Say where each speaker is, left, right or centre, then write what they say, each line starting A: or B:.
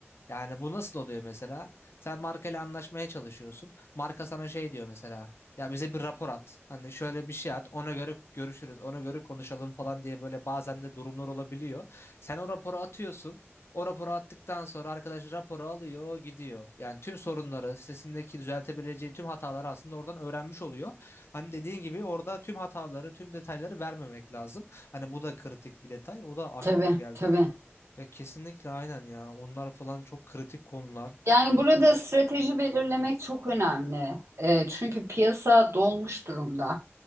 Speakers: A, on the left (about 60°); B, on the right (about 75°).
A: Yani bu nasıl oluyor mesela? Sen markayla anlaşmaya çalışıyorsun. Marka sana şey diyor mesela. Ya bize bir rapor at. Hani şöyle bir şey at. Ona göre görüşürüz. Ona göre konuşalım falan diye böyle bazen de durumlar olabiliyor. Sen o raporu atıyorsun. O raporu attıktan sonra arkadaş raporu alıyor, gidiyor. Yani tüm sorunları, sitesindeki düzeltebileceği tüm hataları aslında oradan öğrenmiş oluyor. Hani dediğin gibi orada tüm hataları, tüm detayları vermemek lazım. Hani bu da kritik bir detay. O da aklıma
B: tabii
A: geldi.
B: tabii.
A: Ya kesinlikle aynen ya. Onlar falan çok kritik konular.
B: Yani burada strateji belirlemek çok önemli. Ee, çünkü piyasa dolmuş durumda.